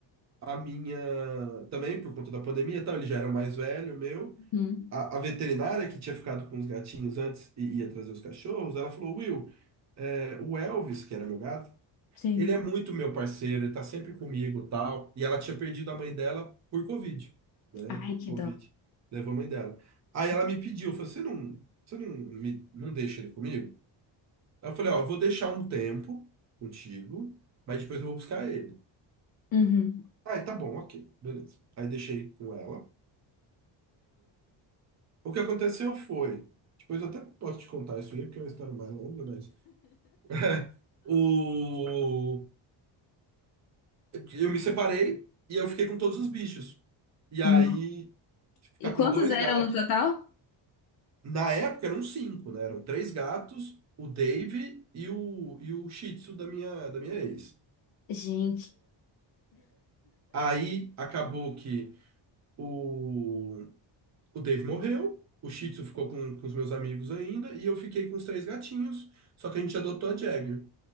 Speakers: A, on the right; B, on the left.
A: a minha também por conta da pandemia, e tal, ele já era mais velho, meu.
B: Hum,
A: A, a veterinária que tinha ficado com os gatinhos antes e ia trazer os cachorros, ela falou: Will, é, o Elvis, que era meu gato,
B: sim.
A: ele é muito meu parceiro, ele tá sempre comigo, tal. E ela tinha perdido a mãe dela por Covid, né?
B: Ai,
A: O
B: que
A: Covid
B: dó.
A: levou a mãe dela. Aí
B: gente.
A: ela me pediu, falou: Você não, você não, me, não deixa ele comigo? Aí eu falei, ó, eu vou deixar um tempo contigo, mas depois eu vou buscar ele.
B: Uhum.
A: Ah, tá bom, ok, beleza. Aí deixei com ela. O que aconteceu foi, depois eu até posso te contar isso aí, porque é uma história mais longa, mas <laughs> o eu me separei e eu fiquei com todos os bichos. E aí
B: Nossa.
A: ficar
B: E quantos
A: com dois
B: eram
A: gatos.
B: no total?
A: Na época eram cinco, né? Eram três gatos, o Dave e o e o Shih Tzu da minha da minha ex.
B: Gente.
A: Aí acabou que o O Dave morreu, o Shih Tzu ficou com, com os meus amigos ainda, e eu fiquei com os três gatinhos, só que a gente adotou a Jagger.